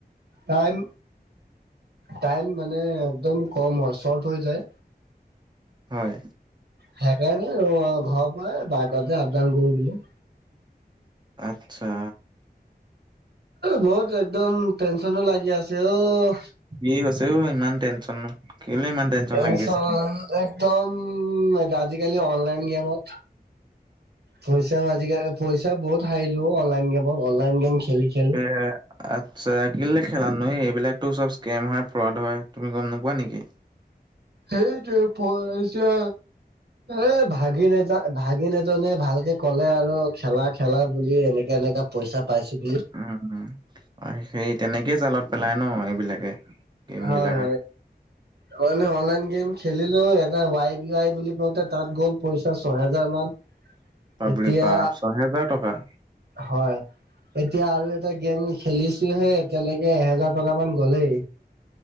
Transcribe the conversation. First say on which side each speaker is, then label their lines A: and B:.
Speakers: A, on the right (about 75°); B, on the right (about 25°).
A: টাইম, টাইম মানে একদম কম হয় চৰ্ট হৈ যায়।
B: হয়।
A: সেইকাৰণে ঘৰৰ পৰাই বাইকতে আপ-ডাওন কৰি দিলো।
B: আত্ছা!
A: বহুত একদম টেনচনো লাগি আছে অ'।
B: কি হৈছে অ ইমান টেনচন নো? কেলে ইমান
A: টেনচন
B: লাগি আছে?
A: একদম আজিকালি অনলাইন গেমত। পইচা আজিকালি পইচা বহুত হাৰিলো অ, অনলাইন গেমত অনলাইন গেম খেলি খেলি।
B: এ আচ্ছা কেলে খেলা নো? এইবিলাকতো চব স্কেম হয় ফ্ৰদ হয়, তুমি গম নোপোৱা নেকি?
A: সেইটোৱে প-ইচা। এ ভাগিন এটা ভাগিন এজনে ভালকে ক'লে আৰু খেলা-খেলা বুলি এনেকা এনেকা পইচা পাইছো বুলি
B: উম, সেই তেনেকেই জালত পেলাই ন এইবিলাকে গেম
A: হয়
B: বিলাকে।
A: হয় নে? অনলাইন গেম খেলিলো এটা ৱাই ৱাই বুলি কওঁতে তাত গ'ল পইচা ছহেজাৰ মান।
B: বাপৰে-বা
A: এতিয়া
B: ছহেজাৰ টকা?
A: হয়। এতিয়া আৰু এটা গেম খেলিছো হে এতিয়ালৈকে এহেজাৰ টকা মান গ'লেই।